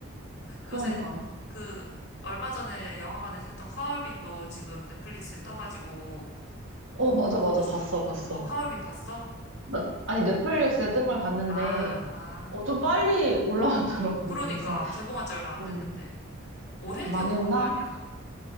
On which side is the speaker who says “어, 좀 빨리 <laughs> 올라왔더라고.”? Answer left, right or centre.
Right